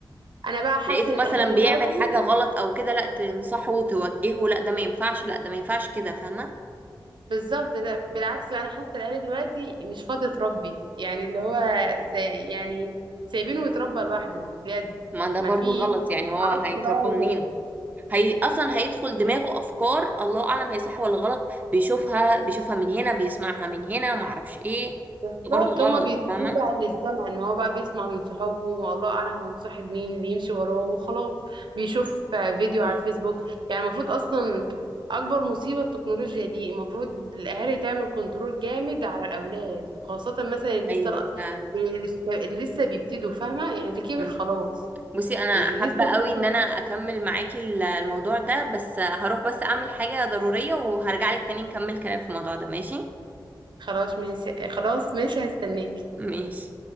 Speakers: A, on the right; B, on the right.
A: انا بقى حاسه
B: لقيته
A: ان
B: مثلا
A: الاهالي دلوقتي
B: بيعمل حاجة غلط او كده لا تنصحه وتوجهه لا ده ما ينفعش لا ده ما ينفعش كده فاهمة
A: بالظبط لا بالعكس لا انا حاسه الاهالي دلوقتي مش فاضيه تربي يعني اللي هو سي يعني سايبينه يتربى لوحده بجد
B: ما ده
A: مفيش
B: برضو غلط يعني هو
A: عكس
B: هيتربى
A: بقى
B: منين
A: زمان
B: هي اصلا هيدخل دماغه افكار الله اعلم هي صح ولا غلط بيشوفها بيشوفها من هنا بيسمعها من هنا ما اعرفش ايه
A: بالظبط
B: برضو غلط
A: هما بيسيبوه
B: فاهمة
A: بقى للزمن ما هو بقى بيسمع من صحابه والله اعلم هو مصاحب مين بيمشي وراه وخلاص بيشوف فيديو
B: مم.
A: على الفيسبوك يعني المفروض اصلا اكبر مصيبة التكنولوجيا دي المفروض الاهالي تعمل كنترول جامد على الاولاد خاصة مثلا اللي
B: ايوه فعلا
A: لسه اللي لسه بيبتدوا فاهمة يعني اللي كبر
B: مم.
A: خلاص
B: بصي انا
A: اللي
B: حابة
A: لسه
B: قوي
A: بيبتدوا
B: ان انا اكمل معاكي ال- الموضوع ده بس هروح بس اعمل حاجة ضرورية وهرجع لك تاني نكمل كلام في الموضوع ده ماشي
A: خلاص ماشي خلاص ماشي هستناك
B: ماشي